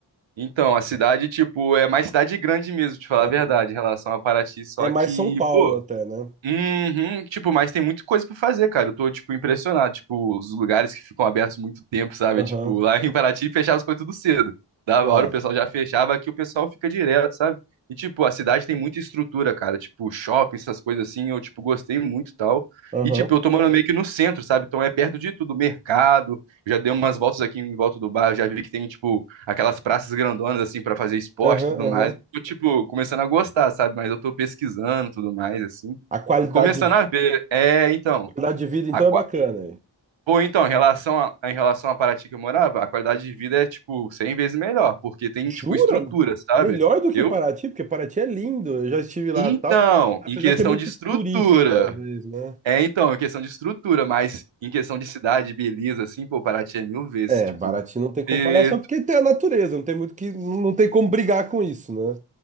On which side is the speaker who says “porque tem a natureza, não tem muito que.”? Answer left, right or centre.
Right